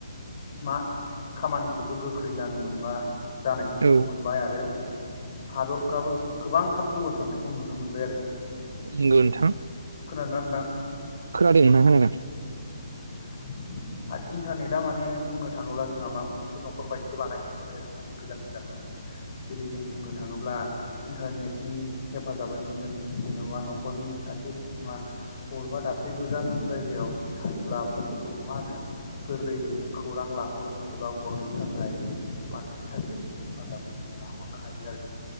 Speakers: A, on the left; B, on the right.
A: मा खामानिखौबो गोख्रै जानो मोनबाय जानायखौ नुनो
B: औ
A: मोनबाय आरो हादरफ्राबो गोबां थाब जौगासारनायखौ नुनो मोनबाय आरो
B: नंगौ नोंथां
A: खोनादोंना नोंथां?
B: खोनादों नोंथां खोनादों?
A: <inaudible> आरो इन्टारनेटा माने बुंनो थाङोब्ला जोंहा मा गंसे नखर बायदिस बानायनो हमबाय आरो माने गोजान गोजानबाबो जेरै जों बुंनो थाङोब्ला इन्टारनेटनि हेफाजाबैनो जों जेन'बा न'खरनि सासे सुबुङा बबेबा दाबसे गोजान जायगायाव थायोब्ला बखौ मा होनो गोरलैयैनो खौरां लाहरनो एबा हरनो थाखाय माने एन्टारगेटनि हेफाजाबै जोङो लाहरनो हायो आरो